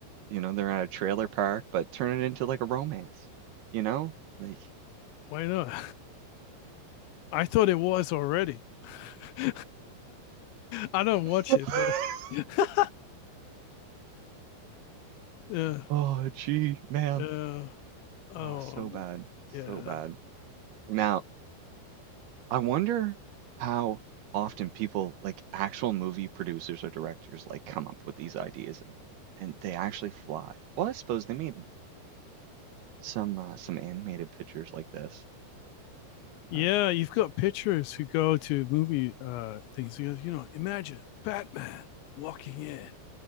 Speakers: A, on the right (about 70°); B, on the left (about 80°).
A: you know, they're at a trailer park, but turn it into like a romance, you know? Like
B: Why not? I thought it was already. <laughs> I don't watch
A: <laughs>
B: it, but <laughs> yeah,
A: Oh, gee, man.
B: yeah, oh,
A: Oh, so bad. So
B: yeah,
A: bad. Now, I wonder how often people, like actual movie producers or directors, like come up with these ideas and and they actually fly. Well, I suppose they made some uh, some animated pictures like this.
B: yeah.
A: Uh,
B: You've got pictures who go to movie uh things because you know, imagine Batman walking in.